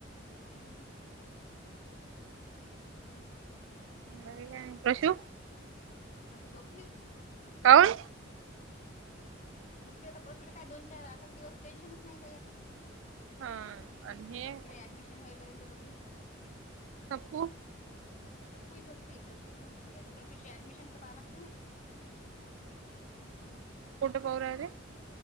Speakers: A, on the left; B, on the right.
A: नाही का ना बाकी ना.
B: का प्रशू
A: प्रश झोपली.
B: काण
A: झोपली आता प्रश्ले काय दोन चार आठ दिवस टेन्नच नाही काही आता.
B: हा. आणि हे
A: इकडे ऍडमिशन होईपर्यंत कुठे?
B: सपू.
A: तप्पई झोपली प्रशू झोपली आता प्रशूची ऍडमिशनच पाहा लागते ना. हम्म.
B: कोणठं पावर आले.